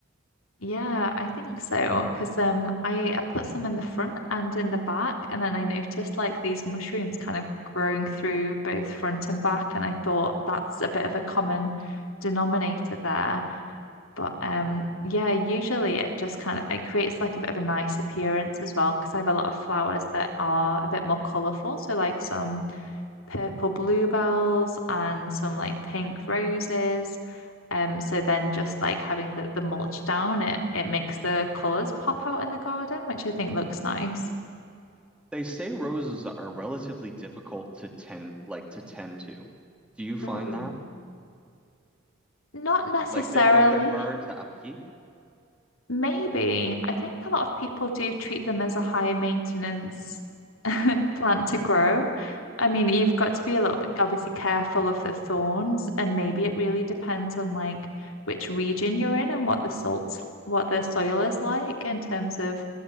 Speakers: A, on the left; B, in the centre.
A: Yeah, I think so. Because um, I, I put some in the front and in the back, and then I noticed like these mushrooms kind of growing through both front and back, and I thought that's a bit of a common denominator there. But um, yeah, usually it just kind of it creates like a bit of a nice appearance as well, because I have a lot of flowers that are a bit more colourful. So like some purple bluebells and some like pink roses. Um, so then just like having the, the mulch down, it it makes the colours pop out in the garden, which I think looks nice.
B: They say roses are relatively difficult to tend like to tend to. Do you find
A: Mm.
B: that?
A: Not necessarily.
B: Like that like they're hard to upkeep?
A: Maybe. I think a lot of people do treat them as a high maintenance plant to grow. I mean, you've got to be a little bit obviously careful of the thorns, and maybe it really depends on like which region you're in and what the salts, what the soil is like in terms of